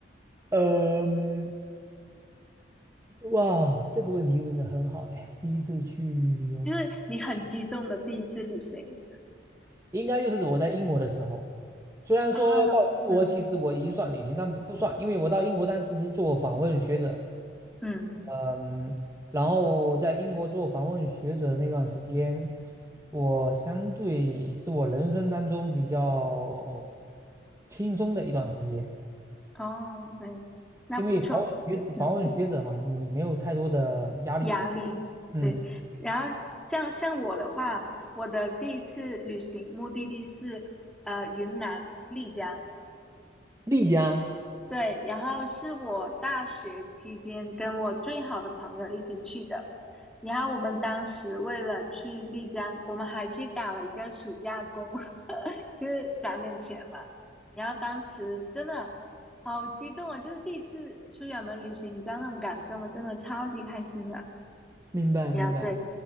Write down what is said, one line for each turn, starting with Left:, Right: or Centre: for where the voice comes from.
Right: 嗯。哇，这个问题问的很好哎！第一次去旅游，
Centre: 就是你很激动的第一次旅行
Right: 应该就是我在英国的时候。虽然说到英国，
Centre: 啊，嗯
Right: 其实我已经算旅行，但不不算，因为我到英国当时是做访问学者，
Centre: 嗯，
Right: 嗯，然后在英国做访问学者的那段时间，我相对是我人生当中比较轻松的一段时间，
Centre: 哦，对，那不错。
Right: 因为访问学者访问学者嘛，
Centre: 嗯。
Right: 你没有太多的压力，
Centre: 压力，
Right: 嗯，
Centre: 对。然后像像我的话，我的第一次旅行目的地是呃云南丽江，
Right: 丽江，
Centre: 对。然后是我大学期间跟我最好的朋友一起去的。然后我们当时为了去丽江，我们还去打了一个暑假工，<laughs> 就是攒点钱嘛。然后当时真的好激动啊，就是第一次出远门旅行，你知道那种感受吗？真的超级开心的。
Right: 明白明白，
Centre: 呀，对，